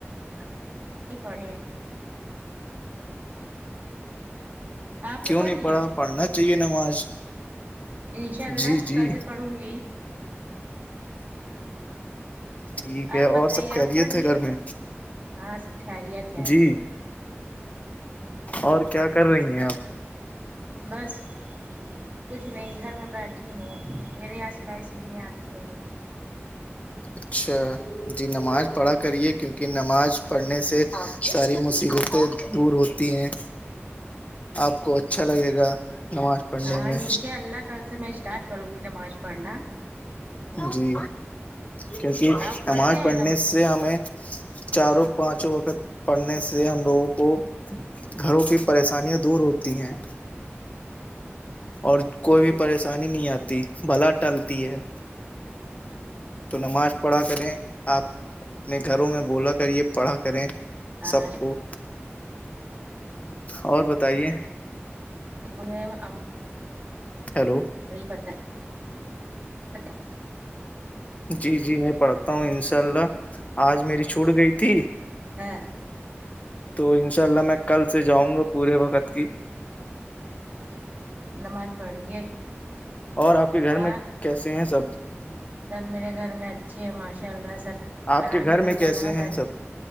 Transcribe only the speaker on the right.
نہیں پڑھے آپ نے
پڑھ
لیا
انشاء اللہ
کل سے پڑھوں گی
آپ بتائیے
آپ
پڑھ لیے
ہاں سب خیریت ہے
بس کچھ نہیں گھر میں بیٹھی ہوں میرے یہاں سلائی سیکھنے آتی ہیں
ہاں
انشاء اللہ کل سے میں اسٹارٹ کروں گی نماز پڑھنا
آپ پڑھتے
ہیں
جی
ہاں
<unintelligible>
نہیں پتا <unintelligible>
ہاں
نماز پڑھیں گے
آ
سب میرے گھر میں اچھے ہیں ماشاء اللہ سب
الحمدللہ
بہت
اچھے